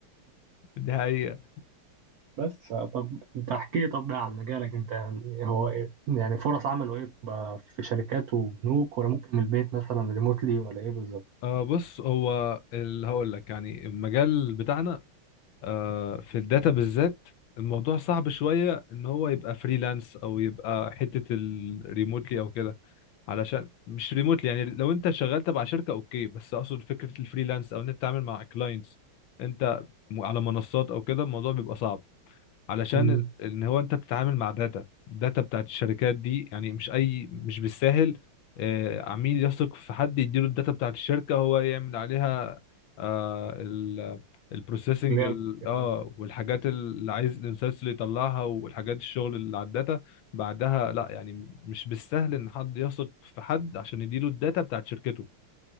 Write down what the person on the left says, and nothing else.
دي حقيقة
آه بص هو اللي هقول لك يعني المجال بتاعنا آه، في الداتا بالذات الموضوع صعب شوية ان هو يبقى فريلانس او يبقى حتة الريموتلي او كده علشان مش ريموتلي يعني لو انت شغال تبع شركة اوكي بس اقصد فكرة الفريلانس او ان انت تتعامل مع كلاينتس انت م- على منصات او كده الموضوع بيبقى صعب علشان
ال- ان هو انت بتتعامل مع داتا الداتا بتاعت الشركات دي يعني مش اي مش بالساهل آه، عميل يثق في حد يديله الداتا بتاعت الشركة هو يعمل عليها آه ال البروسيسنج
اه
والحاجات اللي عايز الانسايتس اللي يطلعها والحاجات الشغل اللي على الداتا بعدها لا يعني مش بالسهل ان حد يثق في حد عشان يديله الداتا بتاعت شركته